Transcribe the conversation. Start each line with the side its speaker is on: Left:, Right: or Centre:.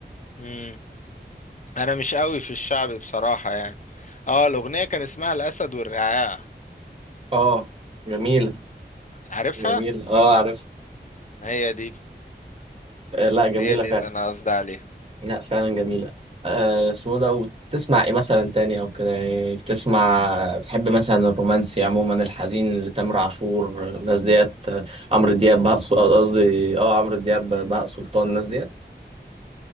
Left: اه انا مش قوي في الشعبي بصراحة يعني اه الاغنية كان اسمها الاسد والرعاع
Right: اه جميله
Left: عارفها
Right: جميله اه عارف
Left: هي دي
Right: آه، لا جميله
Left: هي دي
Right: فعلا
Left: اللي انا قصدي عليها
Right: لا فعلا جميلة آه، اسمه ده وتسمع ايه مثلا تاني او كده يعني بتسمع بتحب مثلا الرومانسي عموما الحزين لتامر عاشور الناس ديت آه، عمرو دياب بهاء سل- آه، قصدي اه عمرو دياب بهاء سلطان الناس ديت